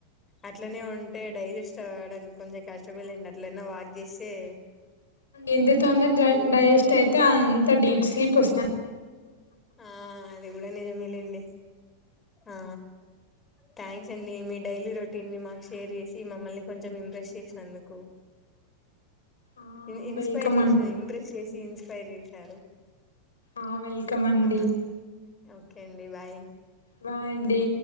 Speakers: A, on the left; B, on the left.
A: అట్లనే ఉంటే డైజెస్ట్ అవ్వడానికి కొంచెం కష్టపలేండి అట్లనే వాక్ చేసి ఏ
B: ఎంతతొందర్ డై డైజెస్ట్ అయితే అంత డీప్ స్లీప్ వస్తా
A: ఆ అది కూడా నిజమేలేండి ఆ థ్యాంక్స్ అండి మీ డైలీ రొటీన్ మాకు షేర్ చేసి మమ్మల్ని కొంచెం ఇంప్రెస్స్ చేసినందుకు
B: ఆ
A: ఇ ఇన్స్పైర్
B: వెల్కమ్
A: చేసర్
B: అండి
A: ఇంట్రెస్ట్
B: పర్లేదండి
A: చేసి ఇన్స్పైర్ చేశారు
B: ఆ వెల్కమ్ అండి
A: ఆ ఓకే అండి బాయ్
B: బాయ్ అండి